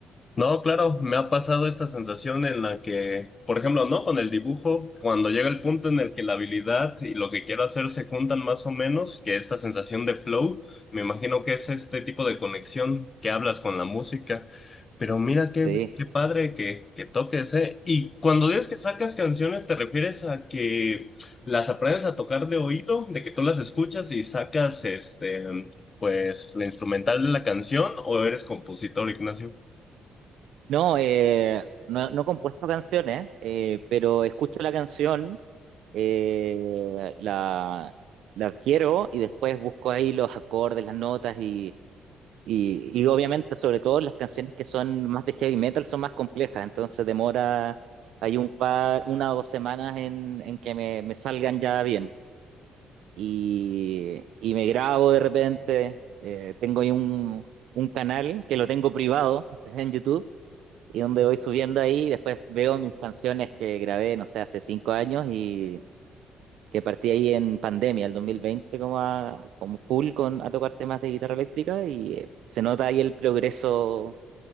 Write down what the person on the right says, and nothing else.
Sí.
No, eh, no, no he compuesto canciones, eh, pero escucho la canción, eh, la, la adquiero y después busco ahí los acordes, las notas y, y, y obviamente sobre todo las canciones que son más de heavy metal son más complejas, entonces demora, hay un par, una o dos semanas en, en que me, me salgan ya bien y, y me grabo de repente, eh, tengo ahí un, un canal que lo tengo privado <laughs> en YouTube y donde voy subiendo ahí, después veo mis canciones que grabé, no sé, hace cinco años y que partí ahí en pandemia, el 2020, como, a, como full con, a tocar temas de guitarra eléctrica y eh, se nota ahí el progreso